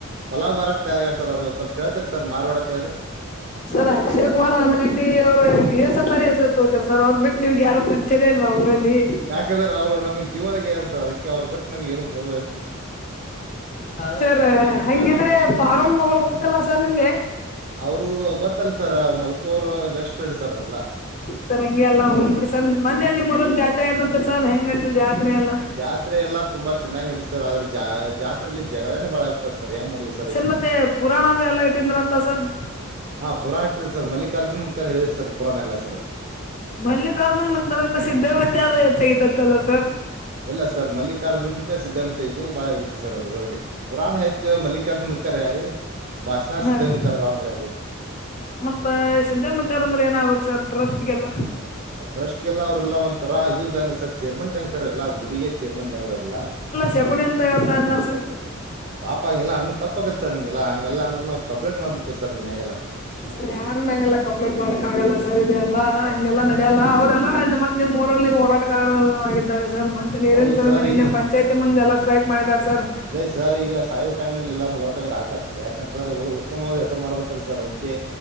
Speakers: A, on the right; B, on the left.
A: ಪಲಾವ್ ಬರಕ್ ತಯಾರಿಾರ ಸರ್ ಅವ್ರಗ ಸ್ವಲ್ಪ ಹೇಳ್ತರಿ ಸರ್ರಾರ್ ಮಾಡಡತ್ತ ಅದು
B: ಸರ್ ಅಕ್ಷಯ್ ಕುಮಾರ್ ಅನ್ಗಂಡಿ ಅವ್ರು ಹೆಸ ತಾರೆ ಹೆಸ ತಗೋತಾರೆ ಸರ್ ಅವ್ರ ಬಿಟ್ಟು ನಿಮ್ಗೆ ಯಾರುರಿಚೆ ಅಲ್ವಾ ಅವರು ಕಲಿ
A: ಯಾಕಂದ್ರೆ ಅವರುಮಗ್ ಜೀವದಾಗ ಹೇಳಾರ ಸರ್ ಅದಕ್ಕೆ ಅವ್ರ ಬಿಟ್ಟ ನಮ್ಗೆ ಏನು ಬೋ
B: ಸರ್ ಹಂಗಿದ್ರೆ ತಾರನ್ ಮಗಳು ಗೊತ್ತಲ್ಲ ಸರ್ ನಿಮ್ಗೆ.
A: ಅವ್ರು ಗೊತ್ತಲ್ಲ ಸರ್ ಮಲ್ಕೋರು ಬೆಸ್ಟ್ ಫ್ರೆಂಡ್ ಸರ್ ಅವ್ರೆಲ್ಲಾ
B: ಸರ್ ಹಂಗೆ ಅಲ್ಲ ಹೋಗಿ ಬಿಡಿ ಸರ್ ಮನ್ನೆ ಅಲ್ ನಿಮ್ಮೂರಲ್ ಜಾತ್ರೆ ಆದ್ ಅಂತ ಸರ್ ಹೆಂಗ್ ನಡತು ಜಾತ್ರೆ ಎಲ್ಲ.
A: ಜಾತ್ರೆ ಎಲ್ಲ ತುಂಬ ಚೆನ್ನಾಗಿ ನಡೀತ್ ಸರ್ ಆದ್ರೆ ಜ ಜಾತ್ರೆಲಿ ಜಗಳನೇ ಬಾಳ ಆಗ್ತರ್ ಸರ್ ಏನ್ ಮಾಡುದ್ ಸ
B: ಸರ್ ಮತ್ತೆ ಪುರಾಣದ ಎಲ್ಲಾ ಇಟ್ಟಿಂದ್ರ ಅಂತ ಸರ್.
A: ಹಾ ಪುರಾಣ ಇಟ್ಟಿದ್ ಸರ್ ಮಲ್ಲಿಕಾರ್ಜುನ್ ಮತ್ತ ಯಾರ ಹೇಳಿದ್ ಸರ್ ಪುರಾಣ ಎಲ್ಲ ಸರ್.
B: ಮಲ್ಲಿಕಾರ್ಜುನ್ ಮತ್ತ್ <unintelligible> ಸಿದ್ದೇ ಮಧ್ಯೆ <unintelligible> ಸರ್
A: ಇಲ್ಲ ಸರ್ ಮಲ್ಲಿಕಾರ್ಜುನ ಮತ್ಯ ಸಿದ್ಧಾಂತ ಇಬ್ಬರು ಬಾಳ ಆಗಿತ್ತು ಸರ್ ಅದ್ರೊಳಗ್ರಿ ಪುರಾಣ ಹೆಚ್ಚು ಮಲ್ಲಿಕಾರ್ಜುನ್ ಮತ್ತರ್ಯಾರಿ ಭಾಷಣ
B: ಹಾ
A: ಸಿದ್ಧಂಬತಾರ್
B: ರೀ
A: ಬಾ ಮಾಡ್ಯಾರಿ.
B: ಮತ್ತ ಸಿದ್ದಾಮತ್ಯಾರ್ ಅಂದ್ರೆ ಏನ್ ಆಗ್ಬೇಕ್ ಸರ್ ಟ್ರಸ್ಟ್ಗೆಲ್ಲ.
A: ಟ್ರಸ್ಟ್ ಗೆಲ್ಲ ಅವ್ರಲ್ಲ ಒಂಥರ ಇದು ಇದ್ದಂಗ್ರಿ ಸರ್ ಚೇರ್ಮನ್ ಇದಂಗೆ ಸರ್ ಎಲ್ಲ ಗುಡಿಗೆ ಚೇರ್ಮನ್ ಇದಂಗ್ರಿ ಅವ್ರೆಲ್ಲ.
B: ಚಪುನಿ ಅಂತ ಹೇಳ್ತಾ ಇದೀರಾ ಸರ್.
A: ಪಾಪ ಹಂಗೆಲ್ಲ ಅನ್ನದ್ ತಪ್ಪಗತ್ ಸರ್ ಹಿಗೆಲ್ಲ ಹಂಗೆಲ್ಲ ಅಂದ್ರೆ ನಾವು ಕಂಪ್ಲೇಟ್ ಮಾಡ್ಬಿಡ್ತೀವ್ ಸರ್ ನಿಮ್ಯಾಗೆಲ್ಲ.
B: ಸರಿ ಯಾರ್ ಮ್ಯಾಗೆಲ್ಲ ಕಂಪ್ಲೇಂಟ್ ಮಾಡಕ್ ಆಗಲ್ಲ ಸರ್ ಇದೆಲ್ಲಾ
A: ಸರ್
B: ಹಂಗೆಲ್ಲಾ ನಡಿಯಲ್ಲ ಅವ್ರೆಲ್ಲ ನಮ್ಮ ನಿಮ್ಮ್ ಊರಲ್ಲಿ ಹೋರಾಟಗಾರರು ಆಗಿದ್ದಾರೆ ಸರ್ ಮ ಸ ನೀರೇನ್
A: ಹೌದು
B: ಚಲುಮೆ
A: ಸರ್
B: ನಿನ್ನೆ
A: ಈ
B: ಪಂಚಾಯಿತಿ ಮುಂದೆಲ್ಲ ಸ್ಟ್ರೈಕ್ ಮಾಡಿದ್ದಾರ್ ಸರ್.
A: ಅ ಸರ್ ಈಗ ಸಾಯೋ ಟೈಮ್ಲಲ್ ಎಲ್ಲರು ಹೋರಟಗಾರ ಆಗ್ತಾರ್ ಸರ್ ಯಾಕಂತಂದ್ರ ಉತ್ತಮವಾದ ಹೆಸರು ಮಾಡಬೇ ಕಲ್ಸ್ತರ್ ಅದಿಕ್ಕೆ